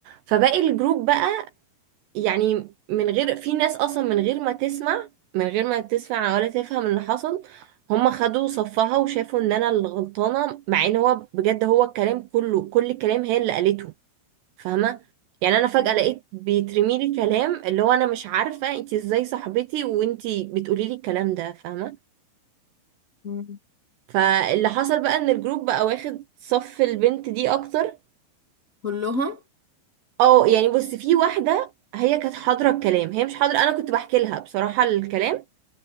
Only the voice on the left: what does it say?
إيه؟
مم.
كلهم